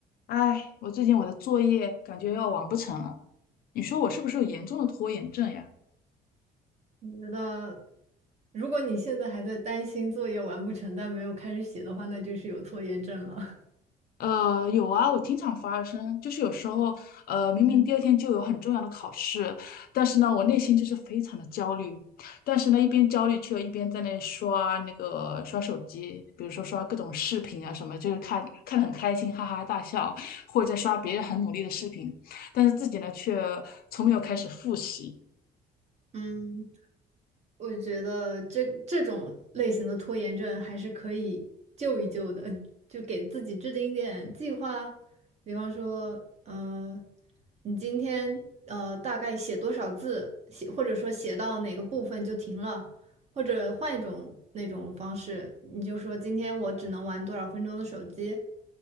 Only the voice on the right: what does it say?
我觉得，如果你现在还在担心作业完不成但没有开始写的话，那就是有拖延症了。
<laughs>
嗯
嗯。我觉得这这种类型的拖延症还是可以救一救的，就给自己制定一点计划，比方说，嗯，你今天呃大概写多少字，写或者说写到哪个部分就停了，或者换一种那种方式，你就说今天我只能玩多少分钟的手机，